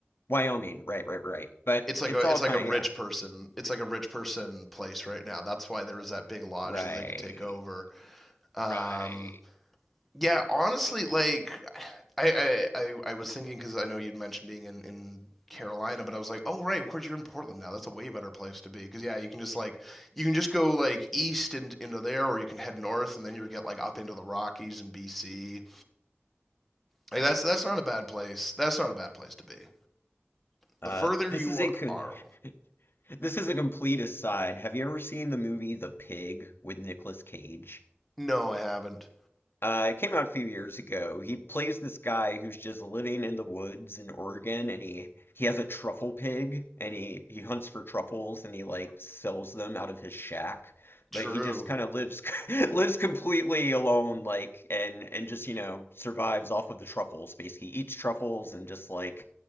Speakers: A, on the left; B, in the centre.
A: Wyoming, right, right, right. But
B: It's like
A: it's
B: a it's
A: all kind
B: like a rich
A: of, yeah,
B: person. It's like a rich person place right now. That's why there was that big lodge
A: right,
B: that they could take over. Um,
A: right.
B: Yeah, honestly, like I I, I, I was thinking because I know you'd mentioned being in, in Carolina, but I was like, oh right, of course you're in Portland now. That's a way better place to be because yeah, you can just like you can just go like east and into there, or you can head north and then you get like up into the Rockies and BC. Like that's that's not a bad place. That's not a bad place to be.
A: Uh,
B: The further
A: this
B: you
A: is a co-
B: are,
A: <laughs> this is a complete aside. Have you ever seen the movie The Pig with Nicolas Cage?
B: no, I haven't.
A: Uh, it came out a few years ago. He plays this guy who's just living in the woods in Oregon, and he he has a truffle pig, and he he hunts for truffles, and he like sells them out of his shack.
B: True.
A: But he just kind of lives <laughs> lives completely alone, like and and just you know survives off of the truffles. Basically, eats truffles and just like